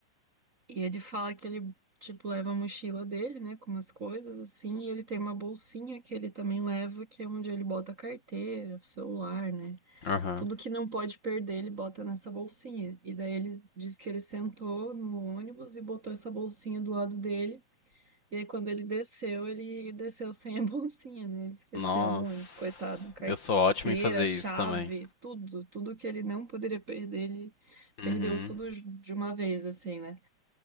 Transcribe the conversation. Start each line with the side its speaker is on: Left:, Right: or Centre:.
Right: E ele fala que ele, tipo, leva a mochila dele, né? Com umas coisas assim. E ele tem uma bolsinha que ele também leva, que é onde ele bota a carteira, o celular, né?
Left: Aham.
Right: Tudo que não pode perder, ele bota nessa bolsinha. E daí ele diz que ele sentou no ônibus e botou essa bolsinha do lado dele. E aí, quando ele desceu, ele desceu sem a <laughs> bolsinha, né? Ele esqueceu
Left: Nossa.
Right: no ônibus, coitado. Carteira,
Left: Eu sou ótimo em fazer isso
Right: chave,
Left: também.
Right: tudo. Tudo que ele não poderia perder, ele
Left: Uhum.
Right: perdeu tudo j- de uma vez, assim, né?